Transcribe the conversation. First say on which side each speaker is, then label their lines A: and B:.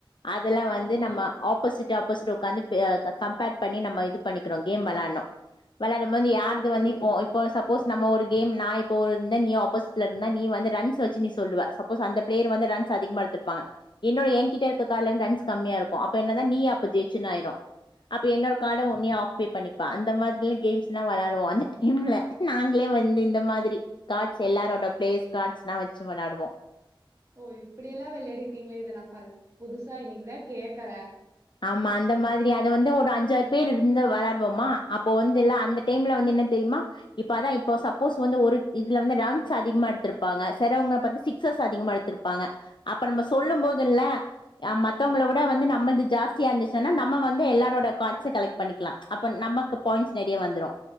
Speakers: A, on the left; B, on the right.
A: அதெல்லாம் வந்து
B: ஆமா.
A: நம்ம ஆப் போசிட் ஆப்போசிட் உக்காந்து கம்பேர் பண்ணி நம்ம இது பண்ணிக்கிறோம் கேம் விளாடணும் வெளாடும் போது வந்து யாருது
B: ஓ!
A: வந்து இப்போ இப்போ சப்போஸ் நம்ம ஒரு கேம் நான் இப்போ இருந்த நீ ஆப்போசிட்ல இருந்தா நீ வந்து ரன்ஸ் வச்சு நீ சொல்லுவ சப்போஸ் அந்த பிளேயர் வந்து ரன்ஸ் அதிகமா எடுத்ருப்பாங்க என்னோட ஏங்கிட்ட க்கு காலந்த் ரன்ஸ் கம்மியாருக்கு அப்ப என்னதா நீ அப்ப ஜெயிச்சன் ஆயிரூ அப்ப என்னோட கார்டை நீ ஆக்குபை பண்ணிப்பா அந்த மாதிரிலாம் கேம்ஸ் எல்லாம் விளாடுவோம் அந்த டைம்ல நாங்களே வந்து இந்த மாதிரி கார்ட்ஸ் எல்லாரோட பிளேஸ் கார்ட்ஸ்ல்லாம் வச்சு வெளாடுவோம்
B: ஓ இப்டியெல்லாம் வெளையாடிரு க்கீங்களா இதை ஃபஸ் நான் புதுசா இன்னக்குதான் கேக்கற
A: ஆமா அந்த மாதிரி அதை வந்து ஒரு அஞ்சாறு பேர் இருந்து விளையாடுவோமா அப்போ வந்து இல்ல அந்த டைம்ல வந்து என்ன தெரியுமா இப்ப அதா இப்போ சப்போஸ் வந்து ஒரு இதுல வந்து ரான்ஸ் அதிகமா எடுத்துருப்பாங்க செலவங்க பத்து சிக்ஸ்ஸஸ் அதிகமா எடுத் திருப்பாங்க அப்ப நம்ம சொல்லும் போதுல்ல ய மத்தவ்ங்கள விட வந்து நம்மள்து ஜாஸ் தியா இருந்துச்சுன்னா நம்ம வந்து எல்லாரோட கார்ட்ச கலெக்ட் பண்ணிக்கலாம் அப்ப நமக்கு பாயிண்ட் நறைய வந்துரும்